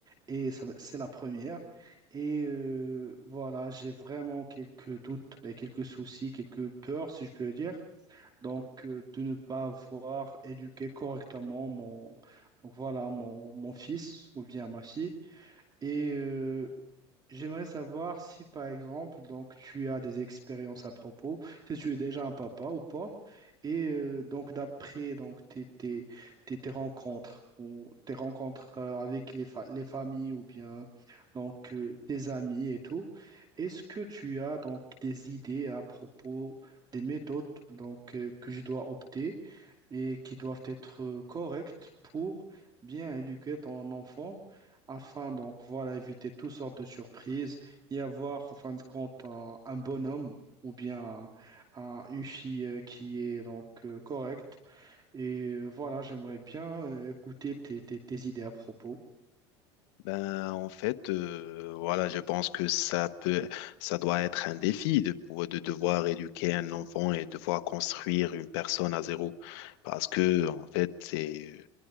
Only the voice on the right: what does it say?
Et ça, c'est la première. Et euh, voilà, j'ai vraiment quelques doutes et quelques soucis, quelques peurs, si je peux dire. Donc, euh, de ne pas avoir éduqué correctement mon, donc voilà, mon, mon fils ou bien ma fille. Et, euh, J'aimerais savoir si, par exemple, donc tu as des expériences à propos, si tu es déjà un papa ou pas, et euh, donc d'après donc tes, tes, tes, tes rencontres ou tes rencontres euh, avec les, fa- les familles ou bien donc euh, tes amis et tout, est-ce que tu as donc des idées à propos des méthodes donc euh, que je dois opter et qui doivent être euh, correctes pour bien éduquer ton enfant? afin donc voilà éviter toutes sortes de surprises et avoir en fin de compte un, un bonhomme ou bien un- une fille euh, qui est donc euh, correcte. Et euh, voilà, j'aimerais bien euh, écouter tes, tes- tes idées à propos.